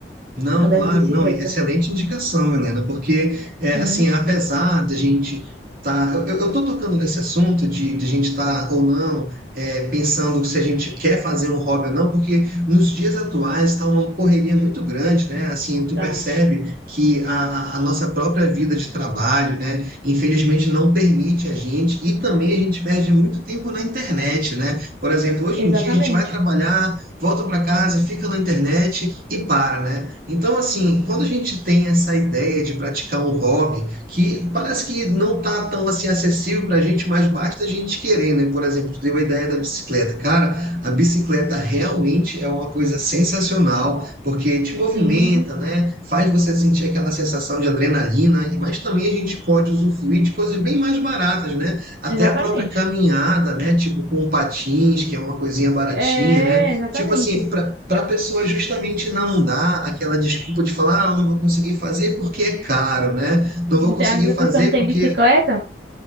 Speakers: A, on the right (about 50°); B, on the right (about 75°).
A: Não,
B: andar
A: claro,
B: de bicicleta.
A: não, e excelente indicação, Milena, porque, é,
B: Sim,
A: assim, apesar da gente tá, eu, eu eu tô tocando nesse assunto de, de a gente estar ou não é, pensando se a gente quer fazer um hobby ou não, porque nos dias atuais está uma correria muito grande, né? Assim, tu
B: tá.
A: percebe que a, a a nossa própria vida de trabalho, né, infelizmente não permite a gente, e também a gente perde muito tempo na internet, né? Por exemplo, hoje
B: Exatamente.
A: em dia a gente vai trabalhar volta para casa, fica na internet e para, né? Então, assim, quando a gente tem essa ideia de praticar um hobby que parece que não tá tão assim acessível para a gente, mas basta a gente querer, né? Por exemplo, tu teve a ideia da bicicleta. Cara, a bicicleta realmente é uma coisa sensacional, porque te movimenta,
B: Sim,
A: né? Faz você sentir aquela sensação de adrenalina, mas também a gente pode usufruir de coisas bem mais baratas, né? Até
B: exatamente.
A: a própria caminhada, né? Tipo com patins, que é uma coisinha baratinha,
B: É,
A: né?
B: exatamente.
A: Tipo assim, para a pessoa justamente não dar aquela desculpa de falar, ah, eu não vou conseguir fazer porque é caro, né? Não vou
B: Então,
A: conseguir
B: às vezes a
A: fazer
B: pessoa não tem
A: porque.
B: bicicleta.